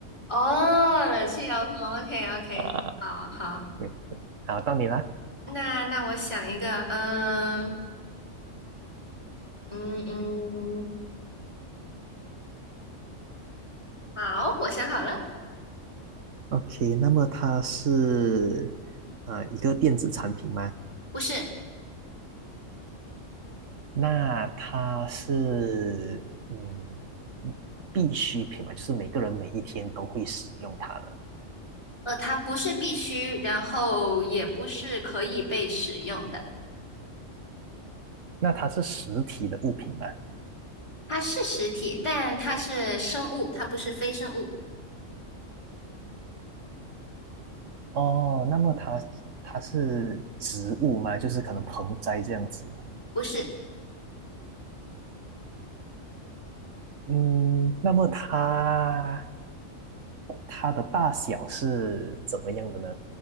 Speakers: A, on the left; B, on the right.
A: 哦，冷气遥控，OK OK，
B: <laughs> 呃，
A: 好好。
B: 对，好，到你啦。
A: 那那我想一个，嗯嗯嗯，好，我想好了，
B: OK，那么它是呃一个电子产品吗？
A: 不是，
B: 那它是嗯必需品嘛，就是每个人每一天都会使用它的。
A: 呃，它不是必须，然后也不是可以被使用的，
B: 那它是实体的物品吗？
A: 它是实体，但它是生物，它不是非生物。
B: 哦，那么它它是植物吗？就是可能盆栽这样子的。
A: 不是，
B: 嗯，那么它它的大小是怎么样的呢？